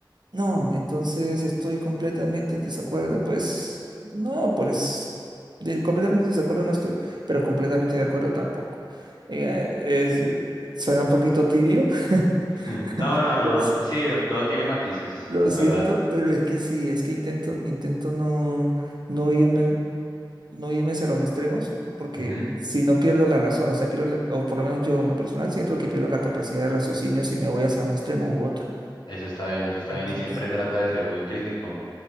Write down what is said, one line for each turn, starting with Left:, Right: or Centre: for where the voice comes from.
Right: no, entonces estoy completamente en desacuerdo. Pues no, pues de- completamente en desacuerdo no estoy, pero completamente de acuerdo tampoco. Eh, es, suena un poquito tibio. <laughs>
Left: <laughs> Hmm, No, no, no,
Right: Lo,
Left: sí, todo tiene matices,
Right: lo
Left: es
Right: siento,
Left: verdad.
Right: pero es que sí, es que intento, intento no, no irme, no irme hacia los extremos, porque
Left: Ujú.
Right: si no pierdo la razón, o sea, pierdo la- o por lo menos yo en lo personal siento que pierdo la capacidad de raciocinio si me voy hacia un extremo u otro.
Left: Eso está bien, eso está
Right: Entonces,
Left: bien y siempre trata de ser muy crítico.